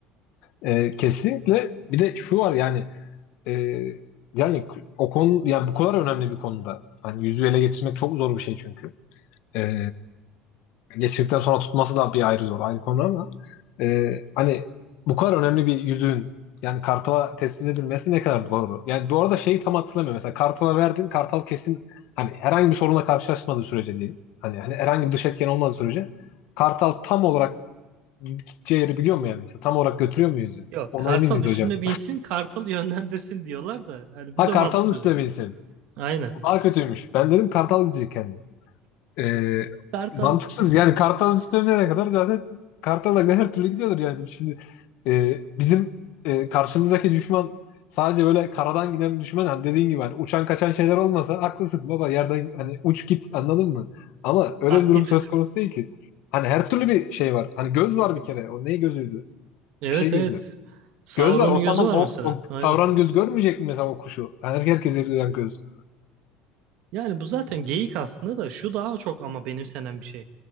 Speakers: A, on the left; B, on the right.
A: E, kesinlikle bir de şu var yani e, yani o konu yani bu kadar önemli bir konuda. Hani yüzüğü ele geçirmek çok zor bir şey çünkü. E, geçirdikten sonra tutması da bir ayrı zor. Aynı konu ama e, hani bu kadar önemli bir yüzüğün yani kartala teslim edilmesi ne kadar doğru. Yani bu arada şeyi tam hatırlamıyorum. Mesela kartala verdin. Kartal kesin hani herhangi bir sorunla karşılaşmadığı sürece değil. Hani, hani herhangi bir dış etken olmadığı sürece kartal tam olarak gideceği yeri biliyor mu yani? Mesela tam olarak götürüyor mu yüzüğü?
B: Yok
A: Ona
B: kartal
A: emin miyiz
B: üstüne
A: hocam?
B: binsin kartal yönlendirsin diyorlar da yani
A: Ha
B: bu da
A: kartalın
B: mantıklı
A: üstüne
B: değil.
A: binsin.
B: Aynen.
A: O daha kötüymüş. Ben dedim kartal gidecek kendi. Ee,
B: Kartal
A: mantıksız
B: yani.
A: yani Kartal üstüne ne kadar zaten Kartal'a her türlü gidiyordur yani. Şimdi e, bizim e, karşımızdaki düşman sadece böyle karadan giden bir düşman hani dediğin gibi hani uçan kaçan şeyler olmasa haklısın baba yerden hani uç git anladın mı? Ama öyle
B: Ah
A: bir durum
B: git.
A: söz konusu değil ki. Hani her türlü bir şey var. Hani göz var bir kere. O ne gözüydü?
B: Evet
A: Bir şey gözü.
B: evet. Sauron'un
A: Göz var. O
B: gözü
A: tamam.
B: var
A: O,
B: mesela.
A: o
B: Aynen.
A: savran göz görmeyecek mi mesela o kuşu? Yani herkes herkes göz.
B: Yani bu zaten geyik aslında da şu daha çok ama benimsenen bir şey.